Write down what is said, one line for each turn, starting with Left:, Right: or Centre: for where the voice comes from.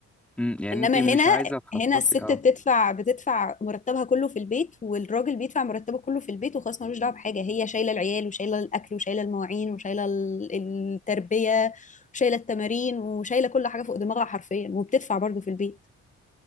Centre: أمم. يعني
Left: انما
Centre: انت مش
Left: هنا
Centre: عايزه تخصصي
Left: هنا الست
Centre: اه
Left: بتدفع بتدفع مرتبها كله في البيت والراجل بيدفع مرتبه كله في البيت وخلاص ملوش دعوه بحاجه هي شايله العيال وشايله الاكل وشايله المواعين وشايله ال- التربيه وشايله التمارين وشايله كل حاجه فوق دماغها حرفيا وبتدفع برضه في البيت